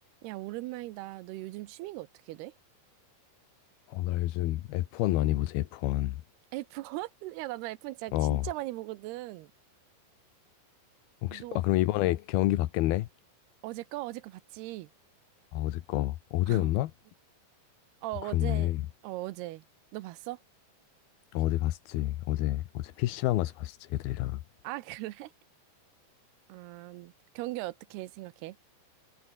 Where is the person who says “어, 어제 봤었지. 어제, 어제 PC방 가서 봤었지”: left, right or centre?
Left